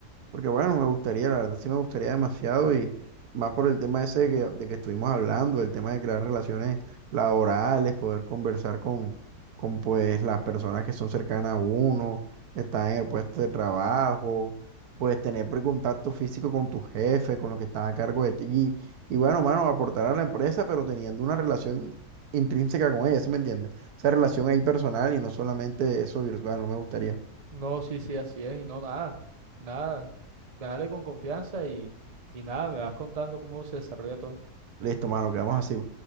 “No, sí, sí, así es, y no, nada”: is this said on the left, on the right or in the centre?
Right